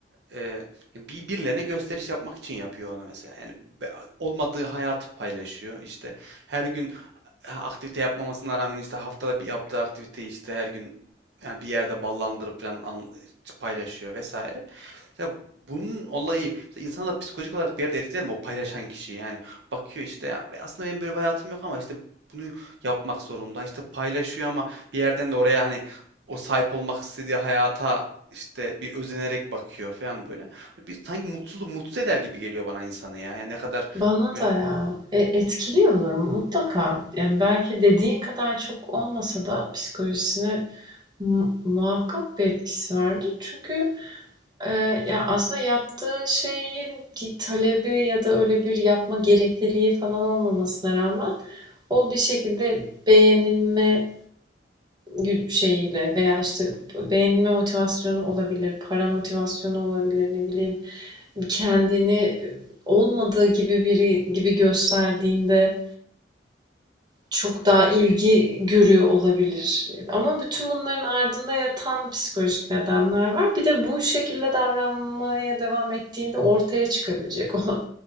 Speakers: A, on the right (about 70°); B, on the right (about 25°).
A: e, bir birilerine gösteriş yapmak için yapıyor onu mesela. Yani be- olmadığı hayatı paylaşıyor. İşte her gün e, aktivite yapmamasına rağmen işte haftada bir yaptığı aktiviteyi işte her gün yani bir yerde ballandırıp falan an- paylaşıyor vesaire. Mesela bunun olayı mesela insanı da psikolojik olarak bir yerde etkiler mi o paylaşan kişi yani bakıyor işte ya be- aslında benim böyle bir hayatım yok ama işte bunu yapmak zorunda işte paylaşıyor ama bir yerden de oraya hani o sahip olmak istediği hayata işte bir özenerek bakıyor falan böyle. Hani Bir sanki mutsuz mutsuz eder gibi geliyor bana insanı ya. Yani ne kadar
B: Bana
A: böyle
B: da ya. E, etkiliyordur mutlaka. Yani belki dediğin kadar çok olmasa da psikolojisine mu- muhakkak bir etkisi vardır. Çünkü e, ya aslında yaptığı şeyin bir talebi ya da öyle bir yapma gerekliliği falan olmamasına rağmen o bir şekilde beğenilme gü- şeyiyle veya işte beğenilme motivasyonu olabilir, para motivasyonu olabilir, ne bileyim kendini olmadığı gibi biri gibi gösterdiğinde çok daha ilgi görüyor olabilir. Ama bütün bunların ardında yatan psikolojik nedenler var. Bir de bu şekilde davranmaya devam ettiğinde ortaya çıkabilecek <laughs> olan